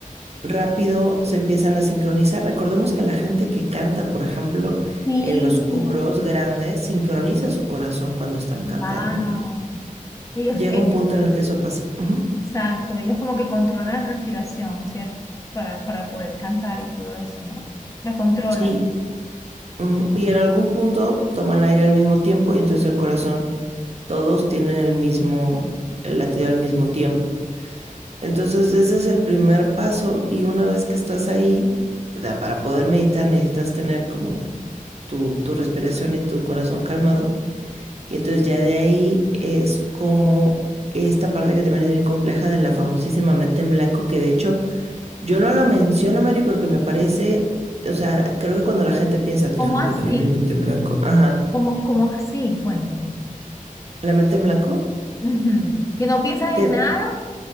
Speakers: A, on the right; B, on the left.
A: rápido se empiezan a sincronizar. Recordemos que la gente que canta, por ejemplo,
B: Sí,
A: en los coros grandes, sincroniza su corazón cuando están
B: wow.
A: cantando, ¿no?
B: Ellos,
A: Llega
B: eh,
A: un punto en el que eso pasa. Ujú.
B: exacto, ellos como que controlan la respiración, ¿cierto? Para, para poder cantar y todo eso, ¿no? La controlan.
A: Sí, Ujú. Y en algún punto toman aire al mismo tiempo y entonces el corazón, todos tienen el mismo, el latido al mismo tiempo. Entonces ese es el primer paso y una vez que estás ahí, da- para poder meditar necesitas tener como tu, tu respiración y tu corazón calmado. Y entonces ya de ahí es como esta parte que también es bien compleja de la famosísima mente en blanco, que de hecho yo no la menciono, Mary, porque me parece, o sea, creo que cuando la gente piensa, tengo
B: ¿Cómo así?
A: que tener mi mente en blanco, ajá,
B: ¿Cómo, cómo así? Cuéntame.
A: la mente en blanco,
B: Ujú. ¿Que no piensas
A: te-
B: en nada?